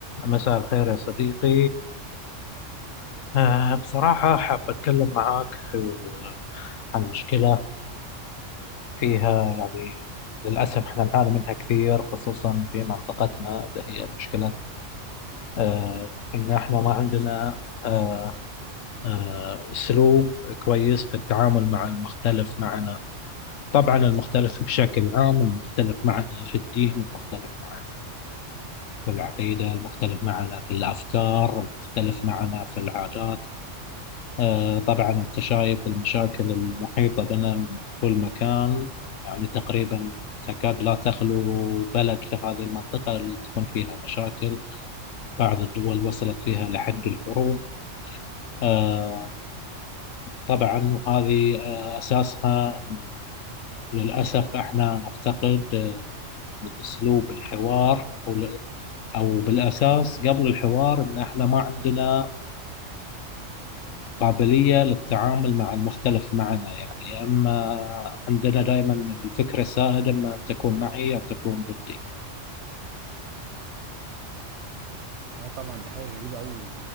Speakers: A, on the left; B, on the right.
A: مساء الخير يا صديقي آه، بصراحة حاب أتكلم معاك آه، عن مشكلة فيها يعني للأسف إحنا نعاني منها كثير خصوصا في منطقتنا اللي هي مشكلة آه، إن إحنا ما عندنا آه، آه، أسلوب كويس في التعامل مع المختلف معنا طبعا المختلف بشكل عام المختلف معنا في الدين المختلف معنا في العقيدة المختلف معنا في الأفكار المختلف معنا في العادات آه، طبعا أنت شايف المشاكل المحيطة بنا من كل مكان يعني تقريبا تكاد لا تخلو بلد في هذه المنطقة اللي تكون فيها مشاكل بعض الدول وصلت فيها لحد الحروب آه، طبعا وهذه آه، أساسها إن للأسف احنا نفتقد آه، أسلوب الحوار أو أو بالأساس قبل الحوار إن احنا ما عندنا آه، قابلية للتعامل مع المختلف معنا يعني أما عندنا دائما الفكرة السائدة إما أن تكون معي أو تكون ضدي
B: اه طبعا دي حاجه غريبه قوي